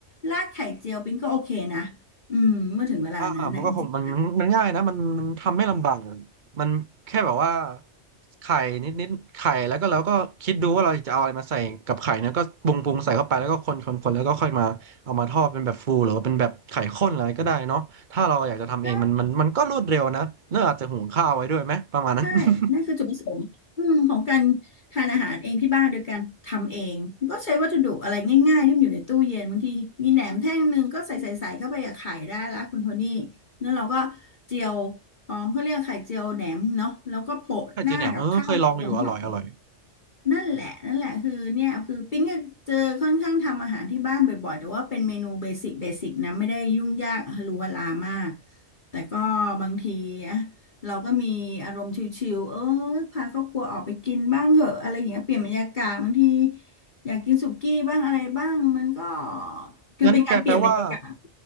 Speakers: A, on the left (about 40°); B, on the right (about 50°).
A: ราดไข่เจียวปิ้งก็โอเคนะอืมเมื่อถึงเวลานั้นนะจริงๆแล้ว
B: อ่ามันก็คงมันมันมันง่ายนะมันมันทำไม่ลำบากมันแค่แบบว่าไข่นิดนิดไข่แล้วก็เราก็คิดดูว่าเราจะเอาอะไรมาใส่กับไข่เนี่ยก็ปรุงปรุงใส่เข้าไปแล้วก็คนคนคนแล้วก็ค่อยมาเอามาทอดเป็นแบบฟูหรือว่าเป็นแบบไข่ข้นอะไรก็ได้เนาะถ้าเราอยากจะทำเองมันมันมันก็รวดเร็วนะเน้วอาจจะหุงข้าวไว้ด้วยไหมประมาณนั้น
A: ใช่ใช่นั่นคือจุดประสงค์อืมของการ
B: <laughs>
A: ทานอาหารเองที่บ้านโดยการทำเองก็ใช้วัตถุดิบอะไรง่ายๆที่มันอยู่ในตู้เย็นบางทีมีแหนมแท่งหนึ่งก็ใส่ใส่ใส่เข้าไปกับไข่ได้ละคุณโทนี่แล้วเราก็เจียวพร้อมเขาเรียกไข่เจียวแหนมเนาะแล้วก็โปะหน้ากับข้าวสวยหอม
B: ไข่เจียวแหนมเออเคยลองอยู่อร่อยอร่อย
A: นั่นแหละนั่นแหละคือเนี่ยคือปิ๊งก็เจอค่อนข้างทำอาหารที่บ้านบ่อยๆแต่ว่าเป็นเมนูเบสิกเบสิกนะไม่ได้ยุ่งยากฮาลูฮาลามากแต่ก็บางทีอะเราก็มีอารมณ์ชิลๆเออพาครอบครัวออกไปกินบ้างเหอะอะไรอย่างเงี้ยเปลี่ยนบรรยากาศบางทีอยากกินสุกี้บ้างอะไรบ้างมันก็คือเป็นการเปลี่ยนบรรยากาศ
B: งั้นแกแปลว่า